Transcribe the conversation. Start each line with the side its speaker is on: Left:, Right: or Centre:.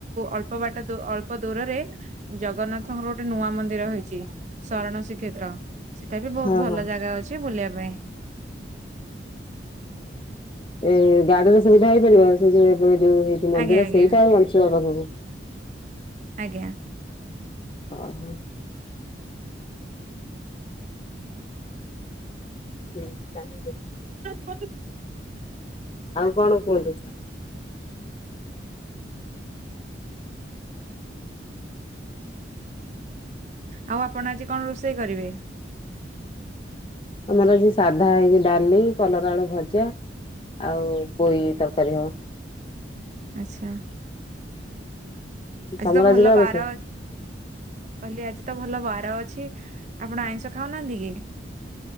Right: ଅଳ୍ପ ବାଟ ଦୂ ଅଳ୍ପ ଦୂରରେ ଜଗନ୍ନାଥଙ୍କର ଗୋଟେ ନୂଆ ମନ୍ଦିର ହେଇଛି ଶରଣ ଶିକ ଶ୍ରୀକ୍ଷେତ୍ର ସେଟା ବି ବହୁତ
Left: ହଁ
Right: ଭଲ
Left: ହଁ।
Right: ଜାଗା ଅଛି ବୁଲିବା ପାଇଁ। <inaudible>
Left: ଏଇ ଗାଡ଼ିର ସୁବିଧା ହେଇପାରିବ? ସେ ଯୋଉ ଏବେ ଯୋଉ ହେଇଚି ମନ୍ଦିର
Right: ଆଜ୍ଞା ଆଜ୍ଞା
Left: ସେଇଟା ଆଉ ଅଂଶୁପା ପାଖକୁ?
Right: ଆଜ୍ଞା
Left: ହ ହ । ହୁ <unintelligible>
Right: <unintelligible> <unintelligible>
Left: କଣ କୁହନ୍ତୁ?
Right: ଆଉ ଆପଣ ଆଜି କଣ ରୋଷେଇ କରିବେ?
Left: ଆମର ଆଜି ସାଧା ହେଇଚି। ଡାଲି, କଲରା ଆଳୁ ଭଜା, ଆଉ ପୋଇ ତରକାରୀ ହବ ।
Right: ଆଚ୍ଛା। ଆଜି
Left: ତମର
Right: ତ ଭଲ
Left: କଣ
Right: ବାର
Left: ରୋଷେଇ?
Right: କହିଲି ଆଜି ତ ଭଲ ବାର ଅଛି, ଆପଣ ଆଇଁଷ ଖାଉନାହାନ୍ତି କି?